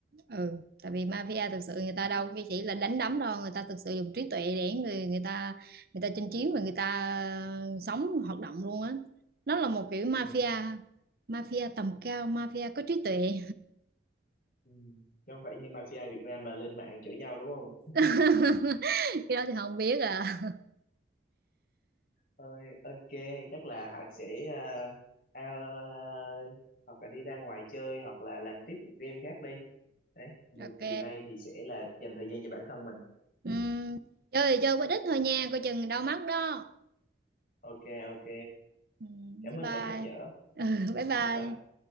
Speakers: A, on the right; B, on the left.
A: ừ tại vì mafia thực sự người ta
B: ừ.
A: đâu cái chỉ là đánh đấm đâu người ta thực sự dùng trí tuệ để người người ta người ta chinh chiến và người ta sống hoạt động luôn á nó là một kiểu mafia
B: Ừ.
A: mafia tầm cao mafia có trí tuệ
B: Ừ. chứ không phải như mafia Việt Nam mà lên mạng chửi nhau đúng không
A: <laughs> cái đó thì không biết à
B: Thôi, ok chắc là Hải sẽ ờ, ao- ờ, hoặc là đi ra ngoài chơi hoặc là làm tiếp một game khác đi đấy mà
A: ok
B: chiều nay thì sẽ là dành thời gian cho bản thân mình
A: Ừm, chơi thì chơi quá ít thôi nha coi chừng đau mắt đó
B: ok ok
A: Ừm,
B: cảm
A: bye
B: ơn
A: bye
B: đã nhắc nhở
A: ừ, bye
B: ừ,
A: bye
B: bye bye